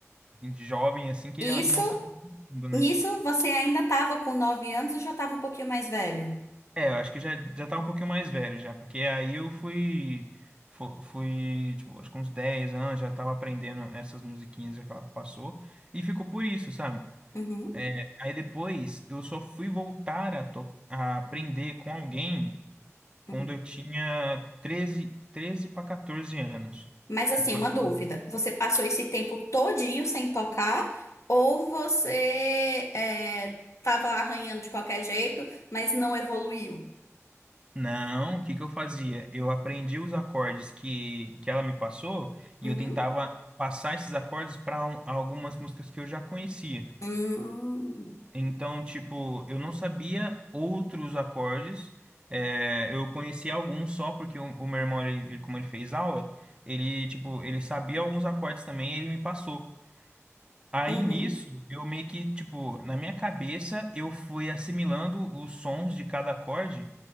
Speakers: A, on the right (about 20°); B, on the left (about 65°).
A: De Jovem, assim, queria
B: Isso,
A: mostrar pra todo mundo, né?
B: nisso você ainda estava com nove anos ou já estava um pouquinho mais velho?
A: É, eu acho que já, já tá um pouquinho mais velho já, porque aí eu fui, fu- fui, tipo, acho que uns 10 anos, já tava aprendendo essas musiquinhas já que ela passou, e ficou por isso, sabe?
B: Uhum.
A: É, aí depois eu só fui voltar a, to- a aprender com alguém quando
B: Uhum.
A: eu tinha treze treze para 14 anos,
B: Mas
A: que
B: assim,
A: foi
B: uma
A: quando
B: dúvida. Você passou esse tempo todinho sem tocar ou você é, tava arranhando de qualquer jeito, mas não evoluiu?
A: Não, o que que eu fazia? Eu aprendi os acordes que, que ela me passou e
B: Uhum.
A: eu tentava passar esses acordes para algumas músicas que eu já conhecia.
B: Hum,
A: Então, tipo, eu não sabia outros acordes, é, eu conhecia alguns só porque o, o meu irmão, ele, ele- como ele fez aula, ele, tipo, ele sabia alguns acordes também e ele me passou. Aí
B: uhum,
A: nisso, eu meio que, tipo, na minha cabeça, eu fui assimilando os sons de cada acorde